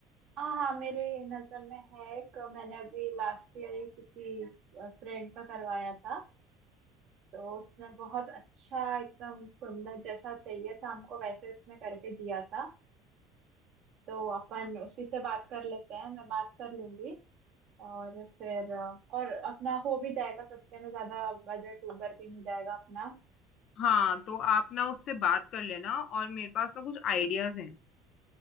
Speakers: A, on the right; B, on the left.
A: हाँ हाँ मेरे नजर में है एक मैंने अभी लास्ट ईयर किसी फ्रेंड का करवाया था तो उसने बहुत अच्छा एकदम सुंदर जैसा चाहिए था हमको वैसे उसने करके दिया था तो अपन उसी से बात कर लेते हैं मैं बात कर लूंगी और फिर अ, और अपना हो भी जाएगा सस्ते में ज्यादा बजट ऊबर भी नहीं जाएगा अपना
B: हाँ तो आप ना उससे बात कर लेना और मेरे पास ना कुछ आइडियाज हैं